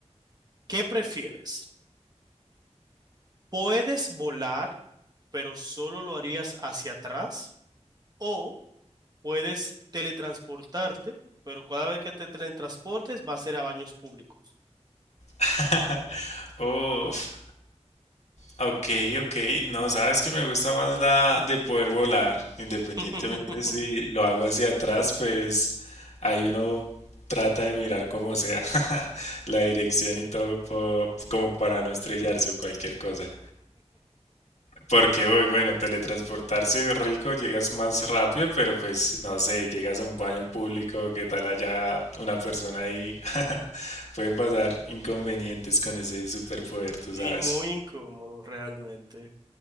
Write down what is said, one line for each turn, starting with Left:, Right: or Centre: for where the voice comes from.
Right: ¿Qué prefieres? ¿Puedes volar, pero solo lo harías hacia atrás? ¿O puedes teletransportarte, pero cada vez que te teletransportes va a ser a baños públicos?
Left: <laughs> Uf, ok, ok. No, sabes que me gusta más la de poder volar, independientemente
Right: <laughs>
Left: si lo hago hacia atrás, pues ahí uno trata de mirar como sea <laughs> la dirección y todo po- como para no estrellarse o cualquier cosa. Porque hoy, bueno, teletransportarse es rico, llegas más rápido, pero pues no sé, llegas a un baño público, qué tal haya una persona ahí. <laughs> Pueden pasar inconvenientes con ese superpoder, tú sabes.
Right: Y muy incómodo realmente.